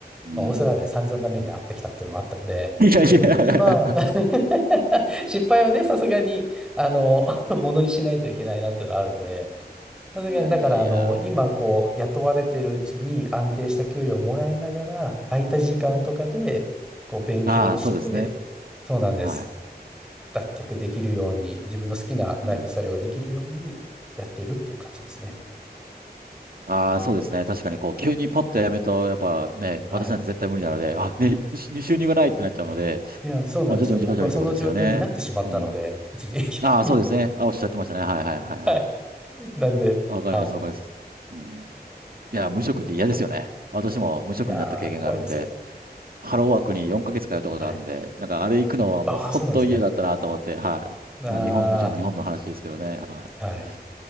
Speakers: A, on the right; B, in the centre.
A: うん。
B: まあ、オーストラリアで散々な目に遭ってきたっていうのもあったんで、
A: いやい
B: だから今、
A: や。
B: <laughs> 失敗はね、さすがに、あの、<laughs> ものにしないといけないなっていうのはあるんで、さすがに、
A: いやいやいや。
B: だからあの、今こう、
A: うん。
B: 雇われてるうちに安定した給料をもらいながら、空いた時間とかで、
A: うん。
B: こう、勉強をして、
A: ああ、そうですね。
B: そうなんです。
A: はい。
B: 脱却できるように、自分の好きなライフスタイルができるようにやっているっていう感じですね。
A: うんああ、そうですね。確かに、こう、急にパッとやめると、やっぱね、
B: はい。
A: 私なんて絶対無理なので、あ、ね、し収入がないってなっちゃうので、
B: いや、そうなんですよ。
A: まあ、徐々に徐々にってことですよね。
B: 僕はその状況になってしまったので、
A: うん。
B: 一時期。
A: ああ、そうですね。あ、おっしゃってましたね。はいはいはいはい。
B: <laughs> はい。なんで、
A: わかります、
B: はい。
A: わかります。うん。いや、無職って嫌ですよね。私も無職になった経験があるんで、
B: いやー、怖いですよ。
A: ハローワークに4ヶ月通ったことあるんで、
B: はい。
A: なんかあれ行くのはもう本当嫌だったなと思って、
B: ああ、そうなんですね。
A: はい。
B: あ
A: もう日本、もちろん日本の話ですけどね。はい。
B: あ、はい。